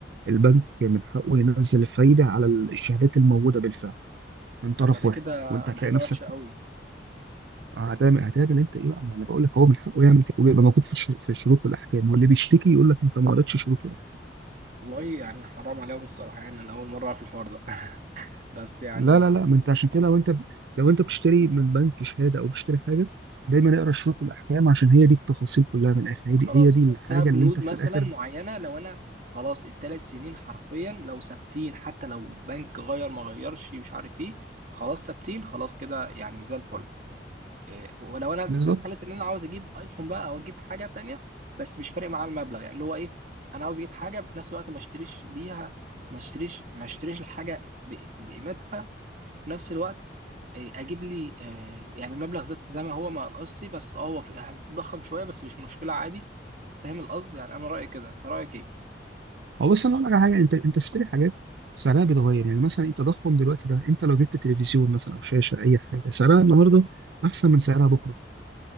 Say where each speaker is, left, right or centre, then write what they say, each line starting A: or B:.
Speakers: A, on the right; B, on the right.
A: البنك من حقه ينزل الفايده على الشهادات الموجوده بالفعل من طرف
B: طب ما ده
A: واحد
B: كده
A: وانت
B: ده
A: هتلاقي
B: حاجة
A: نفسك
B: وحشة قوي
A: هتعمل هتقابل انت ايه بقى ما انا بقول لك هو من حقه يعمل كده وبيبقى موجود في الش- في الشروط والاحكام واللي بيشتكي يقول لك انت ما قريتش شروط والاحكام
B: والله يعني حرام عليهم الصراحة يعني انا اول مرة في الحوار ده <laughs> بس يعني
A: لا لا لا ما انت عشان كده لو انت لو انت بتشتري من بنك شهاده او بتشتري حاجه دايما اقرا الشروط والاحكام عشان هي دي التفاصيل كلها من الاخر هي
B: خلاص
A: دي هي دي الحاجه
B: فيها بنود
A: اللي انت في
B: مثلا
A: الاخر
B: معينه لو انا خلاص الثلاث سنين حرفيا لو ثابتين حتى لو بنك غير ما غيرش مش عارف ايه خلاص ثابتين خلاص كده يعني زي الفل إيه ولو انا
A: بالظبط
B: ده في حاله ان انا عاوز اجيب ايفون بقى او اجيب حاجه تانية بس مش فارق معايا المبلغ يعني اللي هو ايه انا عاوز اجيب حاجه في نفس الوقت ما اشتريش بيها ما اشتريش ما اشتريش الحاجه ب- بقيمتها في نفس الوقت إيه، اجيب لي آه، يعني المبلغ زي زي ما هو ما انقصي بس اه هو في- هيتضخم شويه بس مش مشكله عادي فاهم القصد يعني انا رايي كده انت رايك ايه
A: هو بس انا اقول لك على حاجه انت انت بتشتري حاجات سعرها بيتغير يعني مثلا التضخم دلوقتي ده انت لو جبت تلفزيون مثلا او شاشه اي حاجه سعرها النهارده احسن من سعرها بكره